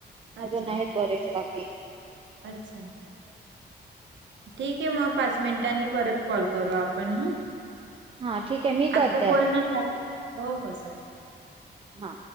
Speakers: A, on the right; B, on the right.
A: अच्छा
B: अजून आहेत बरेच बाकी-
A: अच्छा ठीक आहे मग पाच मिनिटांनी परत कॉल करू आपण ह.
B: हा ठीक आहे मी करते
A: आता बोलन झाले, हो हो चालेल.
B: हा.